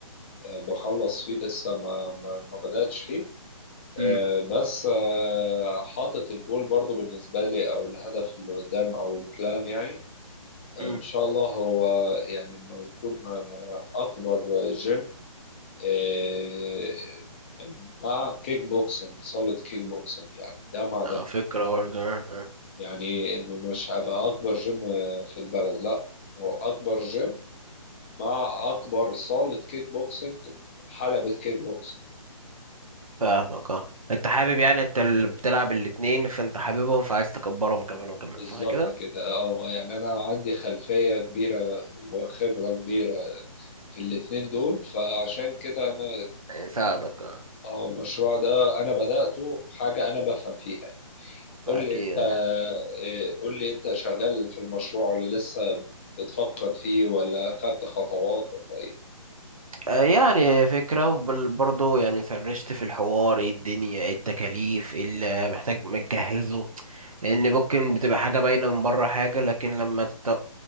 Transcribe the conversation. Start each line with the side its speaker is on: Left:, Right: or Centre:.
Left: آه، بخلص فيه لسه ما ما, ما بدأتش فيه
Right: امم
Left: آه بس آه حاطط الجول برضو بالنسبة لي او الهدف اللي قدام او البلان يعني
Right: امم
Left: ان شاء الله هو يعني انه يكون آه، اكبر جيم آه مع كيك بوكسنج صالة كيك بوكسنج يعني ده مع ده
Right: فكرة برضه آه، آه.
Left: يعني انه مش هيبقى اكبر جيم في البلد لا هو اكبر جيم مع اكبر صالة كيك بوكسينج حلبة كيك بوكسينج
Right: فاهمك اه انت حابب يعني انت اللي بتلعب الاتنين فانت حاببهم فعايز تكبرهم كمان وكمان
Left: بالظبط
Right: فكده
Left: كده اه يعني انا عندي خلفية كبيرة وخبرة كبيرة في الاتنين دول فعشان كده انا
Right: يساعدك اه
Left: اه المشروع ده انا بدأته بحاجة انا بفهم فيها
Right: فاكيد
Left: قول لي انت إيه، قول لي انت شغال في المشروع اللي لسه بتفكر فيه ولا خدت خطوات ولا ايه
Right: آه، يعني فكرة وبرضه يعني فرشت في الحوار ايه الدنيا ايه التكاليف ايه اللي محتاج متجهزه لأن ممكن بتبقى حاجة باينة من بره حاجة لكن لما تت-